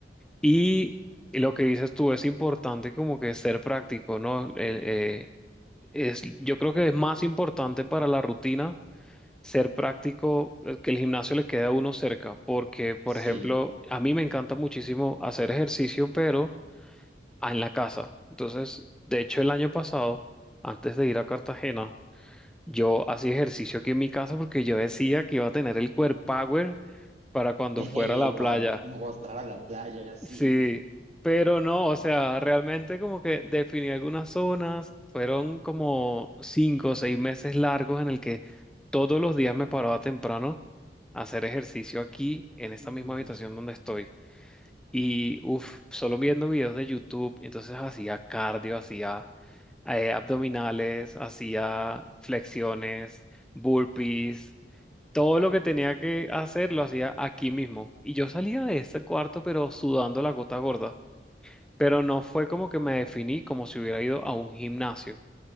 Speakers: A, in the centre; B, on the right.
A: Y lo que dices tú es importante como que ser práctico, ¿no? El- eh, es, yo creo
B: Sí.
A: que es más importante para la rutina ser práctico, eh, que el gimnasio le quede a uno cerca, porque, por
B: Sí,
A: ejemplo, a mí me encanta muchísimo hacer ejercicio, pero en la casa. Entonces, de hecho, el año pasado, antes de ir a Cartagena, yo hacía ejercicio aquí en mi casa porque yo decía que iba a tener el core power para cuando
B: <laughs>
A: fuera a la playa.
B: para mostrar a la playa, sí.
A: Sí, pero no, o sea, realmente como que definí algunas zonas, fueron como cinco o seis meses largos en el que todos los días me paraba temprano a hacer ejercicio aquí en esta
B: Uy,
A: misma habitación donde estoy. Y uff, solo viendo videos de YouTube, entonces hacía cardio, hacía eh, abdominales, hacía flexiones, burpees. Todo lo que tenía que hacer lo hacía aquí mismo. Y yo salía de ese cuarto, pero sudando la gota gorda. Pero no fue como que me definí como si hubiera ido a un gimnasio.